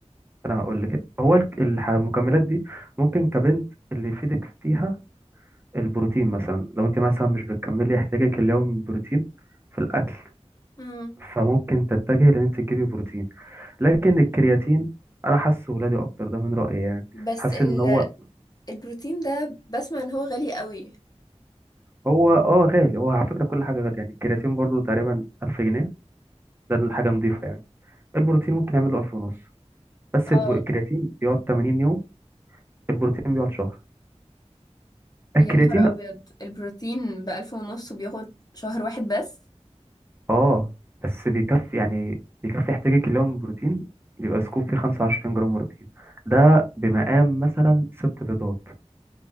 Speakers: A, on the right; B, on the left.
A: انا هقول لك هو الك- الح- المكملات دي ممكن كبنت اللي يفيدك فيها البروتين مثلا لو انت مثلا مش بتكملي احتياجك اليومي من البروتين في الاكل
B: امم
A: فممكن تتجهي لان انت تجيبي بروتين لكن الكرياتين انا حاسه ولادي اكتر ده من رايي يعني
B: بس
A: حاسس
B: ال...
A: ان هو
B: البروتين ده بسمع ان هو غالي قوي
A: هو اه غالي هو على فكرة كل حاجة غالية يعني الكرياتين برضو تقريبا 1000 جنيه ده الحاجة نظيفة يعني البروتين ممكن يعمل له 1000 ونص بس الب-
B: اه
A: الكرياتين بيقعد 80 يوم البروتين بيقعد شهر الكرياتين
B: يا نهار ابيض البروتين بألف ونص وبياخد شهر واحد بس
A: اه بس بيكفي يعني بيكفي احتياجك اليوم بروتين بيبقى سكوب فيه 25 جرام بروتين ده بمقام مثلا ست بيضات